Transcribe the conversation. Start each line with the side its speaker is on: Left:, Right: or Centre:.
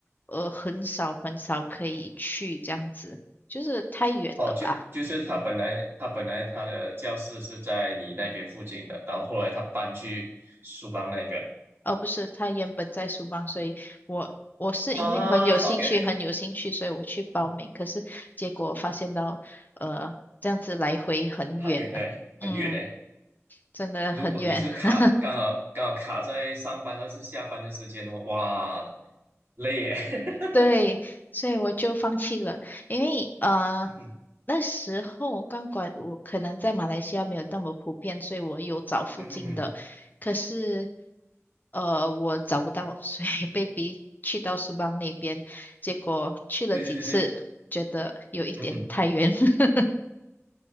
Left: 呃很少很少可以去这样子，就是太远了吧。
Right: 哦，就就是他本来他本来他的教室是在你那边附近的，然后后来他搬去苏邦那边
Left: 哦，不是，他原本在书邦，所以我我是因为很有兴趣，
Right: 啊，OK OK，
Left: 很有兴趣，所以我去报名。可是结果发现到，呃，这样子来回很远啊嗯，
Right: 太远嘞，很远嘞。
Left: 真的很远。
Right: 如果你是卡刚好刚好卡在上班还是下班的时间的话，
Left: <laughs>
Right: 哇，累耶。<laughs>
Left: 对，所以我就放弃了，因为呃
Right: 嗯哼
Left: 那时候钢管我可能在马来西亚没有那么普遍，所以我有找附近的，
Right: 嗯哼
Left: 可是呃我找不到，所以 <laughs> 被逼去到苏邦那边，结果去了几次，
Right: 对对对对，
Left: 觉得有一点太远。
Right: 嗯哼，
Left: <laughs>